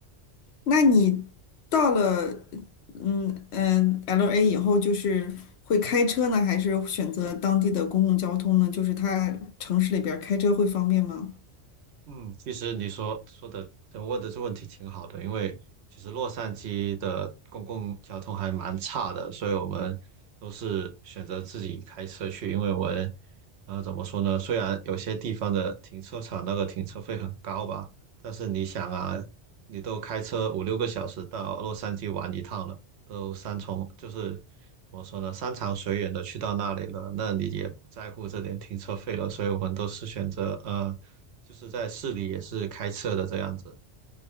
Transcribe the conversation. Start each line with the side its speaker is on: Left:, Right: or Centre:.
Left: 那你到了，嗯嗯，LA 以后，就是会开车呢，还是选择当地的公共交通呢？就是它城市里边儿开车会方便吗？
Right: 嗯，其实你说说的，呃问的这问题挺好的，因为其实洛杉矶的公共交通还蛮差的，所以我们都是选择自己开车去，因为我们，呃，怎么说呢？虽然有些地方的停车场那个停车费很高吧，但是你想啊，你都开车五六个小时到洛杉矶玩一趟了，都山重就是怎么说呢，山长水远的去到那里了，那你也不在乎这点停车费了，所以我们都是选择呃。就是在市里也是开车的这样子。